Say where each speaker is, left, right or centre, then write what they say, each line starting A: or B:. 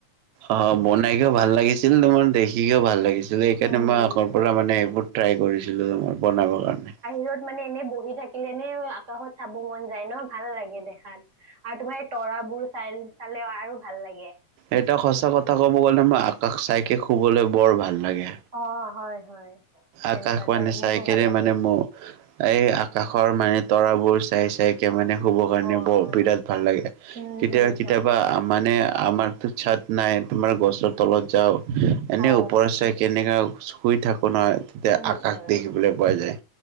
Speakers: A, on the right; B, on the right.
A: অ বনাই কে ভাল লাগিছে। ছিল তোমাৰ দেখিেও ভাল লাগিছিল সেইকাৰণে
B: উম
A: মই
B: উম
A: আগৰ পৰা মানে এইবোৰ ট্ৰাই কৰিছিলো তোৰ বনাব কাৰণে।
B: মান এনে। থাকিলেনে আকাশত চাব মন যায় ন ভাল লাগে দেখাত আৰু তোমাৰ এই তৰাবোৰ চাই। আৰু। ভাল লাগে
A: এটা সঁচা কথা ক'ব গ'লে মই আকাশ চাইকে শুবলৈ বৰ ভাল। লাগে।
B: অ হয় হয়। সেনেকুৱা
A: আকাশ
B: এটা
A: মানে
B: মোকো
A: চাই কেনে
B: ভাল লাগে
A: মানে মোৰ এই আকাশৰ মানে। তৰাবোৰ চাই চাই কে মানে। শুব কাৰণে
B: অ
A: ব
B: অ
A: বিৰাট ভাল লাগে
B: উম
A: কেতিয়াবা
B: উম
A: কেতিয়াবা
B: হয়
A: মানে। আমাৰতো চাট নাই তোমাৰ গছৰ তলত যাওঁ এনেই
B: অ
A: ওপৰে চাই কেনেকা। শুই থাকো নহয় তেতিয়া
B: উম
A: আকাশ
B: উম
A: দেখিবলৈ পোৱা যায়